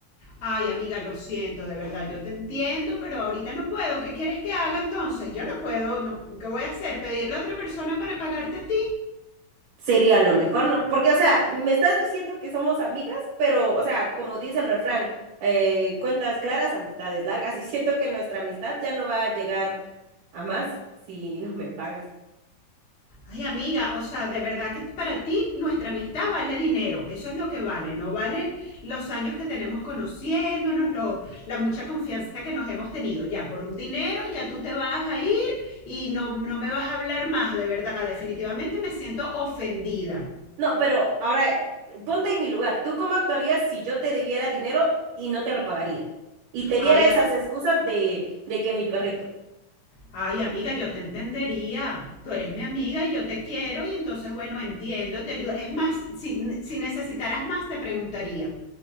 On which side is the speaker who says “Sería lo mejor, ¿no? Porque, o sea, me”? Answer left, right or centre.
Right